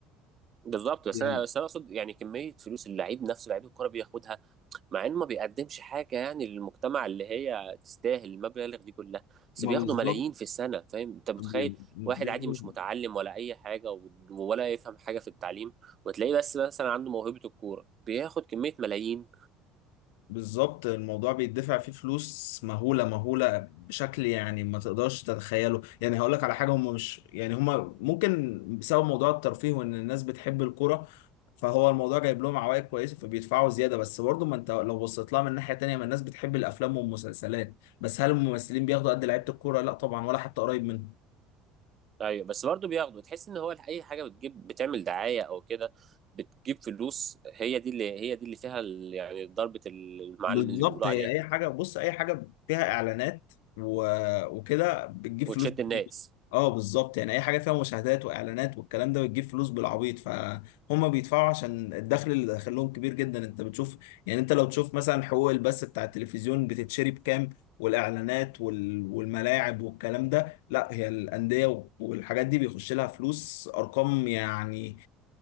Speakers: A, on the right; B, on the left.
A: بالظبط بس
B: يعني
A: انا بس انا اقصد يعني كميه فلوس اللعيب نفسه لعيب الكوره بياخدها مع انه ما بيقدمش حاجه يعني للمجتمع اللي هي تستاهل المبالغ دي كلها بس
B: ما
A: بياخدوا
B: بالظبط
A: ملايين في السنه فاهم انت متخيل
B: بي-
A: واحد
B: بياخدوا
A: عادي مش متعلم ولا اي حاجه و- ولا يفهم حاجه في التعليم وتلاقيه بس مثلا عنده موهبه الكوره بياخد كميه ملايين
B: بالظبط الموضوع بيدفع فيه فلوس مهولة مهولة بشكل يعني ما تقدرش تتخيله يعني هقول لك على حاجة هم مش يعني هم ممكن بسبب موضوع الترفيه وان الناس بتحب الكرة فهو الموضوع جايب لهم عوائد كويسة فبيدفعوا زيادة بس برضه ما انت لو بصيت لها من ناحية تانية ما الناس بتحب الافلام والمسلسلات بس هل الممثلين بياخدوا قد لعيبة الكرة لا طبعا ولا حتى قريب منهم
A: ايوه بس برضه بياخده تحس ان هو اي حاجه بتجيب بتعمل دعايه او كده بتجيب فلوس هي دي اللي هي دي اللي فيها ال- يعني ضربه المعلم
B: بالظبط
A: اللي بيقولوا
B: هي
A: عليها
B: اي حاجه بص اي حاجه فيها اعلانات و... وكده بتجيب
A: وتشد
B: فلوس كتير
A: الناس
B: اه بالظبط يعني اي حاجه فيها مشاهدات واعلانات والكلام ده بتجيب فلوس بالعبيط فهم بيدفعوا عشان الدخل اللي داخلهم كبير جدا انت بتشوف يعني انت لو تشوف مثلا حقوق البث بتاع التلفزيون بتتشري بكام والاعلانات وال... والملاعب والكلام ده لا هي الانديه والحاجات دي بيخش لها فلوس ارقام يعني